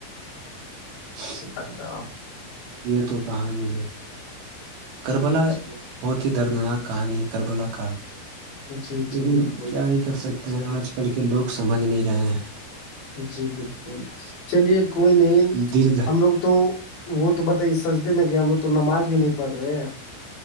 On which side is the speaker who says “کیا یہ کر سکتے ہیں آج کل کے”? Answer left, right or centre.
Right